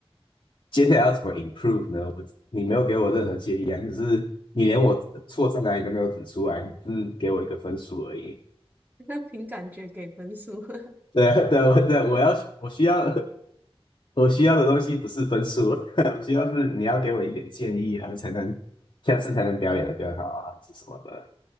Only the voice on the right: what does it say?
<laughs> 那凭感觉给分数。<laughs>